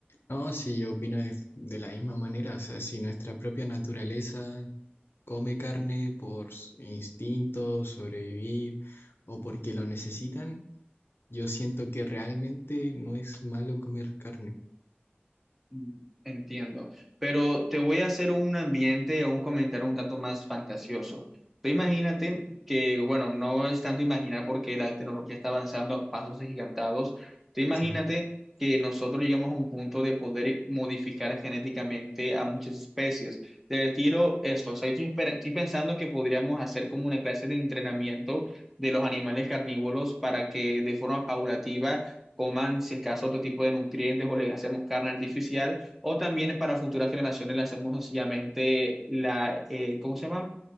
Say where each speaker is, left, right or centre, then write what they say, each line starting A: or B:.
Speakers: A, on the left; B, in the centre.
A: No, sí, yo opino de, de la misma manera, o sea, si nuestra propia naturaleza come carne por s- instinto, sobrevivir o porque lo necesitan, yo siento que realmente no es malo comer carne.
B: Mm, Entiendo, pero te voy a hacer un ambiente o un comentario un tanto más fantasioso. Tú imagínate que, bueno, no es tanto imaginar porque la tecnología está avanzando a pasos agigantados. Tú imagínate
A: Claro,
B: que nosotros llegamos a un punto de poder modificar genéticamente a muchas especies. Del estilo esto, o sea, estoy, esper- estoy pensando que podríamos hacer como una clase de entrenamiento de los animales carnívoros para que de forma paulativa coman, si es caso, otro tipo de nutrientes o le hacemos carne artificial, o también para futuras generaciones le hacemos sencillamente la, eh, ¿cómo se llama?